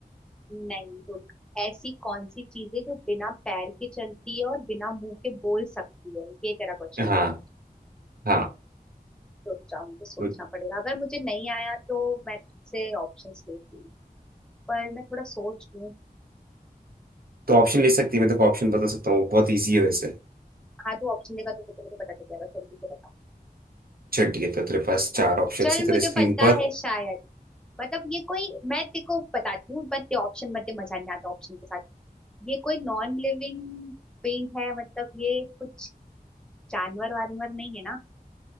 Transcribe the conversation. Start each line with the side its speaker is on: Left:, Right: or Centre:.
Centre: नहीं रुक ऐसी कौन सी चीज है जो बिना पैर के चलती है और बिना मुंह के बोल सकती है ये तेरा क्वेश्चन
Right: हाँ
Centre: है
Right: हाँ
Centre: रुक जाओ मुझे सोचना
Right: तो,
Centre: पड़ेगा अगर मुझे नहीं आया तो मैं तुझसे ऑप्शंस लेती हूँ पर मैं थोड़ा सोच लूँ
Right: तो ऑप्शन ले सकती है मैं तो ऑप्शन बता सकता हूँ बहुत इजी है वैसे
Centre: हाँ तू ऑप्शन देगा तो फिर तो मुझे पता चल जाएगा जल्दी से बता
Right: चल ठीक है तो तेरे पास चार ऑप्शन
Centre: चल
Right: है तेरे
Centre: मुझे
Right: स्क्रीन
Centre: पता
Right: पर
Centre: है शायद मतलब ये कोई मैं तेरे को बताती हूँ मत ऑप्शन मत दे मजा नहीं आता ऑप्शन के साथ ये कोई नॉन लिविंग पेंट है मतलब ये कुछ जानवर वानवर नहीं है ना